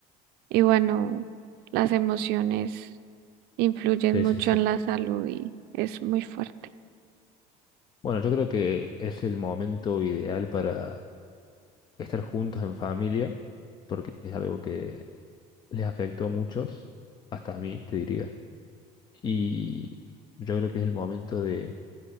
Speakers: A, on the right; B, on the left.
A: y bueno, las emociones influyen
B: Sí,
A: mucho
B: sí, sí.
A: en la salud y es muy fuerte.
B: Bueno, yo creo que es el momento ideal para estar juntos en familia, porque es algo que les afectó a muchos, hasta a mí, te diría. Y yo creo que es el momento de,